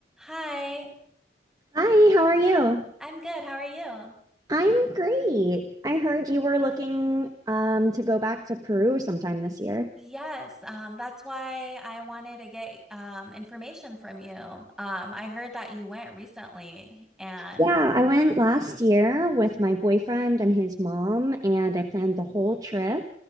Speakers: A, in the centre; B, on the right (about 20°).
A: Hi,
B: Hi, how are you?
A: I'm good. How are you?
B: I'm great. I heard you were looking um, to go back to Peru sometime this year.
A: Yes, um, that's why I wanted to get um, information from you. Um, I heard that you went recently, and
B: Yeah, I went last year with my boyfriend and his mom, and I planned the whole trip.